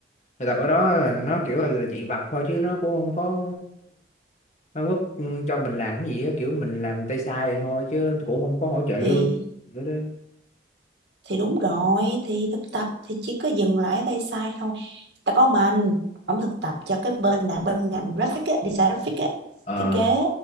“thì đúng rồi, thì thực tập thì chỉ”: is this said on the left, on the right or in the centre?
Right